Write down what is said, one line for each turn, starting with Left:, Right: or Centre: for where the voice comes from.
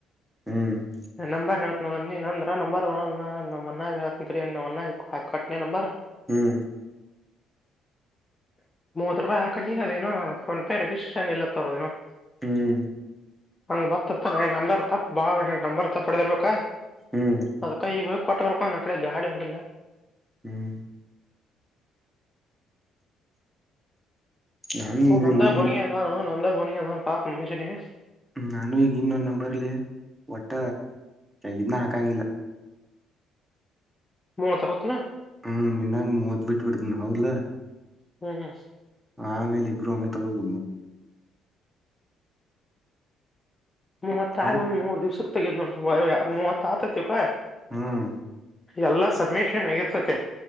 Centre: ಹ್ಮ್
Left: ನಂಬರ್ ಹೇಳತ್ ನೋಡಣ ನೀನಂದ್ರ ನಂಬರ್ ನಮ್ಮ ಮನಾಗ ನಮ್ಮ ಮನ ಹಾಕ ಕಟ್ನ ನಂಬರ್
Centre: ಹ್ಮ್
Left: ಮೂವತ್ತು ರೂಪಾಯಿ ಹಾಕ ನೀ ಅದೇನೋ ಫೋನ್ಪೇ ರಡಿ ಸ್ಟಷನ್ ಎಲ್ಲ ತರೋದಏನೋ
Centre: ಹ್ಮ್
Left: ಹಂಗ ಬತ್ತತ್ತ ನ ನಂಬರ್ ತಪ್ಪ ಬಾ ನಂಬರ್ ತಪ್ಡ್ದ ಇರ್ಬೇಕ
Centre: ಹ್ಮ್
Left: ಅದ್ಕ ಈಗ ಕೋಟ ವರ್ಕ ನ ಅ ಕಡೆ ಗಾಡಿ ಒಂದಲ್ಲ
Centre: ಹ್ಮ್ ನಾನು
Left: ಓ
Centre: ಈಗ
Left: ನಂದ
Centre: ಇನ್ನು
Left: ಪನಿಗೆನ ನಂದ ಪನಿಗೆಂತಾನ ಪಪ ಮಷನ
Centre: ನಾನು ಈಗ ಇನ್ನೊಂದ್ ನಂಬರ್ಲಿ ಒಟ್ಟ ಇದನ್ನ ಹಾಕಂಗಿಲ್ಲ
Left: ಮ ಮಾತ್ ಕೊತುನಾ
Centre: ಹ್ಮ್ ಇನ್ನಂಗ್ ಮೂವತ್ ಬಿಟ್ಟ ಬಿಡ್ದ್ನ ಹೌದಲಾ
Left: ಹ್ಮ್ ಹ್ಮ್
Centre: ಆಮೇಲೆ ಇಬ್ರು ಒಮ್ಮೆ ತಗೋಬ
Left: ಮೂವತ್ತ
Centre: ಹೌದ್
Left: ಆಗ ಒಂದ್ ಮೂರ್ ದಿವ್ಸಕ್ಕೆ ತಗ್ ನೋ ಮೂವತ್ತ ಆತತಿ ಕ
Centre: ಹ್ಮ್
Left: ಎಲ್ಲಾ ಸಮ್ಮಿಶನ್ಗಿರ್ಸತೆ